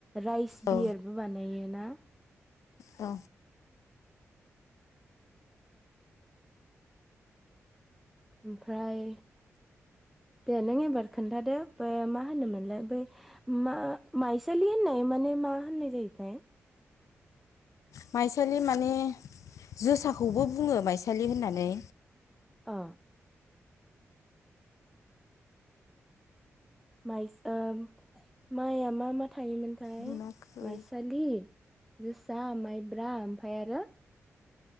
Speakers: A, in the centre; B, on the left (about 85°).
A: राइस
B: औ
A: बियारबो बानायो ना
B: औ
A: ओमफ्राय दे नों एबार खोन्थादो मा होनोमोनलाय बै मा माइसालि होननाय माने मा होननाय जायोथाय?
B: माइसालि माने जोसाखौबो बुङो माइसालि होननानै
A: ओ माइस ओ माइआ मा मा था थायोमोनथाय
B: मोनाखै
A: माइसालि जोसा माइब्रा ओमफ्राय आरो